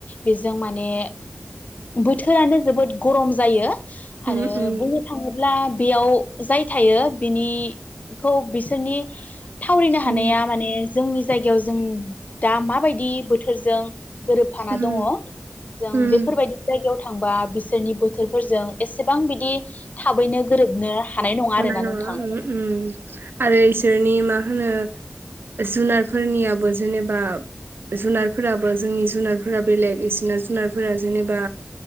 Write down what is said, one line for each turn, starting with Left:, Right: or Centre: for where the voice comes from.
Left: बेजों माने बोथोरानो जोबोद गरम जायो
Right: उम
Left: आरो
Right: उम
Left: बुंनो थाङो ब्ला बेयाव जाय थायो बिनिखौ बिसोरनि थावरिनो हानाया
Right: उम
Left: माने जोंनि जायगायाव जों दा माबायदि बोथोरजों गोरोबफाना
Right: उम
Left: दङ जों
Right: उम,
Left: बेफोरबायदि जायगायाव थांबा बिसोरनि बोथोरफोरजों एसेबां बिदि थाबैनो गोरोबनो नङा आरोना
Right: हानाय नङा
Left: नोंथां
Right: उम उम आरो इसोरनि मा होनो जुनारफोरनियाबो जेनेबा जुनारफोराबो जोंनि जुनारफोरा बेलेग इसोरना जुनारफोरा जेनेबा